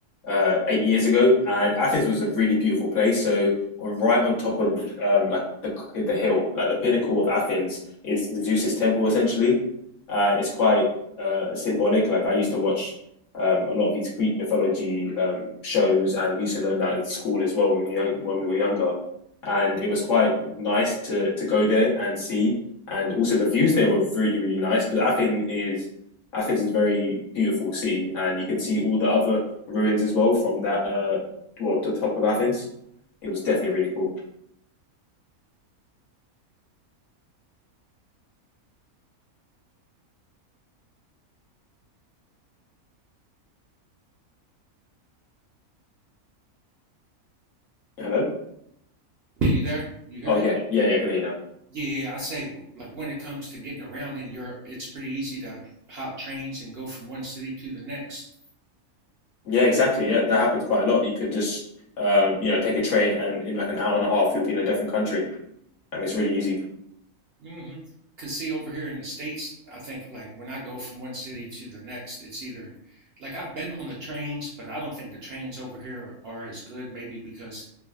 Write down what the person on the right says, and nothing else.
Yeah, you there? You hear
me?
Yeah, yeah, I say like when it comes to getting around in Europe, it's pretty easy to hop trains and go from one city to the next.
hmm Cause see, over here in the States, I think like when I go from one city to the next, it's either like I've been on the trains, but I don't think the trains over here are, are as good, maybe because